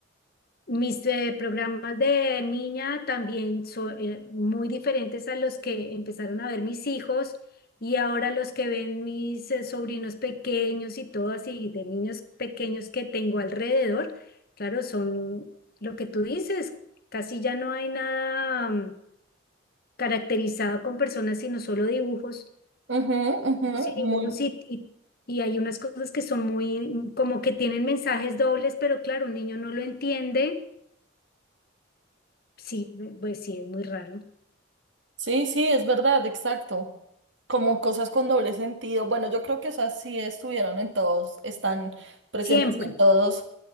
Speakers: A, on the left; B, on the right.
A: mis eh, programas de niña también son eh, muy diferentes a los que empezaron a ver mis hijos y ahora los que ven mis eh, sobrinos pequeños y todo así, de niños pequeños que tengo alrededor, claro, son lo que tú dices, casi ya no hay nada. mm, caracterizado con personas, sino solo dibujos,
B: Ujú, ujú,
A: sí,
B: muy.
A: dibujos y, y, y hay unas cosas que son muy, mm, como que tienen mensajes dobles, pero claro, un niño no lo entiende, sí, eh, pues sí, es muy raro,
B: Sí, sí, es verdad, exacto. Como cosas con doble sentido. Bueno, yo creo que esas sí estuvieron en todos, están presentes
A: siempre,
B: en todos